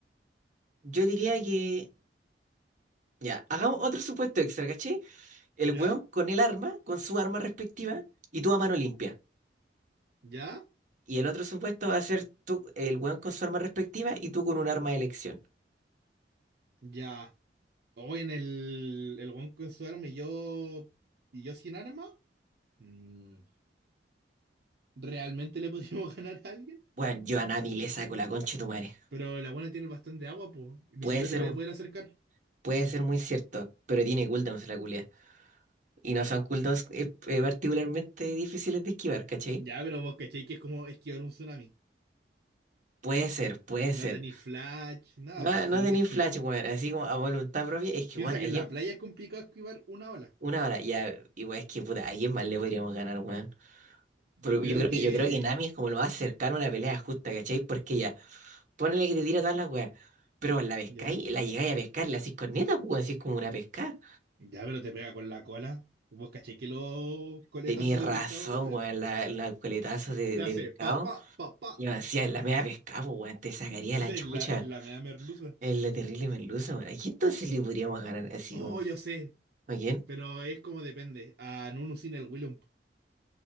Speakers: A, on the right (about 45°); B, on the right (about 65°).
A: Yo diría que. Ya, hagamos otro supuesto extra, ¿caché? El
B: ¿Ya?
A: weón con el arma, con su arma respectiva, y tú a mano limpia.
B: ¿Ya?
A: Y el otro supuesto va a ser tú, el weón con su arma respectiva y tú con un arma de elección.
B: ¿Ya? Hoy en el, el weón con su arma y yo, y yo sin arma, mm, ¿realmente le podríamos <laughs> ganar a alguien?
A: Bueno, yo a Nami le saco la concha de tu madre.
B: Pero la buena tiene bastante agua, pues. Ni
A: Puede
B: siquiera
A: ser,
B: te vaya
A: un-
B: a poder acercar.
A: puede ser muy cierto, pero tiene cooldowns la culia. Y no son cooldowns eh, eh, particularmente difíciles de esquivar, ¿cachai?
B: Ya, pero vos cachai que es como esquivar un tsunami.
A: Puede ser, puede ser.
B: No tenéis flash, nada,
A: No,
B: pues, sino
A: no tenéis
B: que estoy.
A: flash, weón, así como a voluntad propia. Es que,
B: Piensa
A: weón, a
B: que
A: quién-
B: en la playa es complicado esquivar una ola.
A: una hora, ya, igual es que, puta, ¿a quién más le podríamos ganar, weón? Pero
B: Yo creo
A: yo creo
B: que.
A: que, yo creo que Nami es como lo más cercano a una pelea justa, ¿cachai? Porque ya, ponle que te tira todas las weas. Pero la pescáis,
B: Ya.
A: la llegáis a pescar, la hacís corneta, pues, weón, así como una pesca.
B: Ya, pero te pega con la cola. Vos cachai que los coletazos
A: Tenéis
B: de
A: razón,
B: pescado, duelen.
A: weón, la, la coletazo de,
B: Te
A: de
B: hace
A: pescado.
B: pa, pa, pa, pa.
A: Y me decía, la media pescado, pues, weón, te sacaría
B: <laughs>
A: la
B: En
A: chucha.
B: la, en la mea merluza.
A: Es la terrible merluza, weón. ¿A quién entonces le podríamos ganar así
B: Oh,
A: como?
B: yo sé,
A: ¿A quién?
B: pero es como depende. A Nunu sin el Willump.